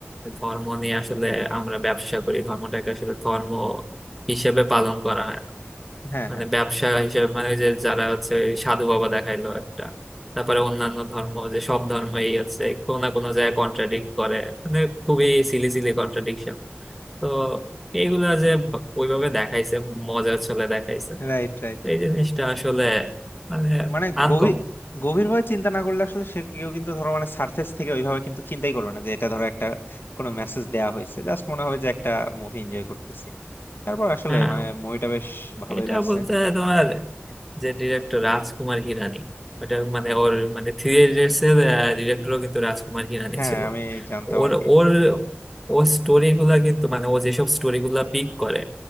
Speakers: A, in the centre; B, on the left (about 55°).
A: ধর্ম নিয়ে আসলে আমরা ব্যবসা করি ধর্মটাকে আসলে ধর্ম হিসেবে পালন করা হয় না।
B: হ্যাঁ
A: মানে
B: হ্যাঁ
A: ব্যবসা হিসেবে মানে ওই যে যারা হচ্ছে ওই সাধু বাবা দেখাইলো একটা তারপরে অন্যান্য ধর্ম যে সব ধর্মই আছে কোনো না কোনো জায়গায় কন্ট্রাডিক্ট করে মানে খুবই সিলি সিলি কন্ট্রাডিকশন তো এইগুলা যে ওইভাবে দেখাইছে মজার ছলে দেখাইছে
B: Right right
A: এই জিনিসটা আসলে মানে
B: মানে
A: আনকমন
B: গভীর গভীরভাবে চিন্তা না করলে আসলে সে কেউ কিন্তু ধরো মানে সার্ফেস থেকে ওইভাবে কিন্তু চিন্তাই করবে না যে এটা ধরো একটা কোনো মেসেজ দেয়া হয়েছে জাস্ট মনে হবে যে একটা মুভি এনজয় করতেছি তারপর আসলে
A: হ্যাঁ
B: মানে মুভিটা বেশ ভালোই
A: এটা
B: লাগছে
A: বলতে তোমার যে ডিরেক্টর রাজকুমার হিরানি ওটা মানে ওর মানে থ্রি ইডিয়টস এর ডিরেক্টরও কিন্তু রাজকুমার হিরানি
B: হ্যাঁ
A: ছিল
B: আমি জানতাম
A: ওর
B: আর কি
A: ওর ও স্টোরি গুলা কিন্তু মানে ও যেসব স্টোরি গুলা পিক করে